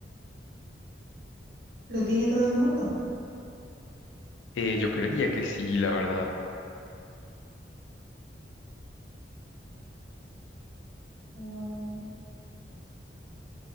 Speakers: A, on the right (about 55°); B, on the left (about 90°).
A: ¿lo tiene todo el mundo?
B: Eh, yo creería que sí, la verdad.
A: Mm,